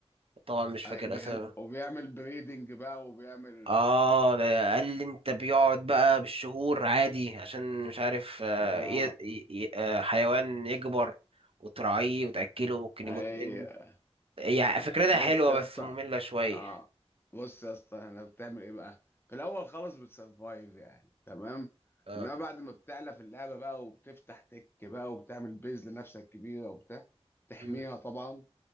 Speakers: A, on the right; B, on the left.
A: طبعا مش فاكر
B: أي بي-
A: اسامي
B: وبيعمل بريدنج بقى وبيعمل
A: اه ده قال لي انت بيقعد بقى بالشهور عادي عشان مش عارف آه،
B: اه
A: ي- ي- آه، حيوان يكبر وتراعيه وتأكله ممكن
B: ايوه
A: يموت منه هي فكرتها
B: بص
A: حلوة
B: يا
A: بس
B: اسطى
A: مملة شوية
B: اه بص يا اسطى انا بتعمل ايه بقى في الاول خالص بتسرفايف يعني تمام
A: اه
B: انما بعد ما بتعلى في اللعبه بقى وبتفتح تك بقى وبتعمل بيز لنفسك كبيره وبتاع تحميها
A: مم.
B: طبعا